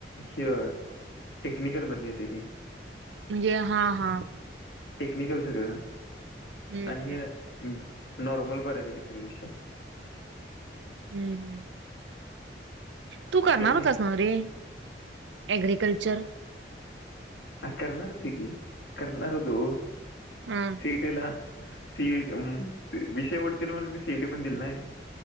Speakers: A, on the left; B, on the right.
A: हे टेक्निकल मध येते ती
B: म्हणजे हा हा
A: टेक्निकल सगळं
B: हम्म
A: आणि
B: हम्म
A: हे नॉर्मल बऱ्यापैकी सगळे विषया
B: हम्म हम् तू करणार
A: ते
B: होतस ना रे एग्रीकल्चर
A: आ करणार होतो की करणार होतो.
B: हा.
A: त्याला सी हम्म विषय वाढतील म्हणून मी सी इ टी पण दिल नाही.